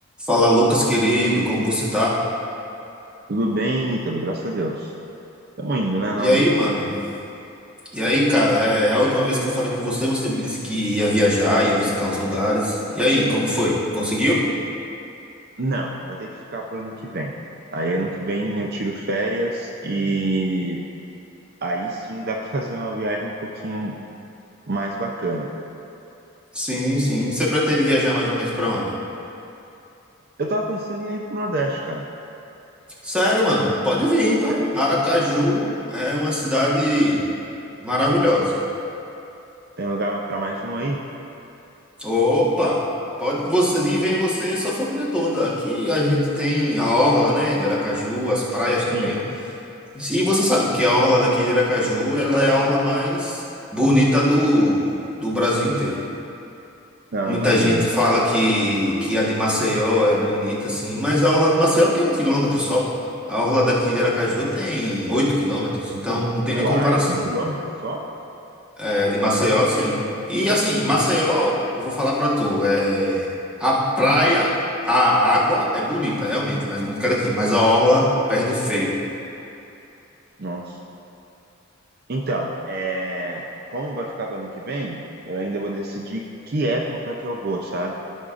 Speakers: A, in the centre; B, on the right.
A: Fala, Lucas, querido, como você tá?
B: Tudo bem, Ítalo, graças a Deus. Tamo indo, né, na
A: E
B: luta.
A: aí, mano? E aí, cara, é a última vez que eu falei com você, você me disse que ia viajar, ia visitar uns lugares. E aí, como foi? Conseguiu?
B: Não, vai ter que ficar pro ano que vem. Aí ano que vem eu tiro férias e aí sim dá pra <laughs> fazer uma viagem um pouquinho mais bacana.
A: Sim, sim. Você pretende viajar mais ou menos pra onde?
B: Eu tava pensando em ir pro Nordeste, cara.
A: Sério, mano, pode vir, tá?
B: Sério,
A: Aracaju é uma cidade maravilhosa.
B: tem lugar pra mais um aí?
A: Opa, pode você vir, vem você e sua família toda. Aqui a gente tem a orla, né, de Aracaju, as praias
B: Sim.
A: também. E você sabe que a orla daqui de Aracaju, ela é a orla mais bonita do, do Brasil inteiro.
B: Não,
A: Muita
B: imagino.
A: gente fala que, que a de Maceió é bonita, assim, mas a orla de Maceió tem um quilômetro só, pô. A orla daqui de Aracaju tem oito quilômetros, então não tem nem
B: Uai,
A: comparação.
B: um quilômetro só?
A: É, a de Maceió, sim.
B: É.
A: E assim, Maceió, eu vou falar pra tu, é, a praia, a água é bonita, realmente, mais bonita que a daqui, mas a orla perde feio.
B: Nossa. Então, é... como vai ficar pro ano que vem, eu ainda vou decidir que época que eu vou, sabe?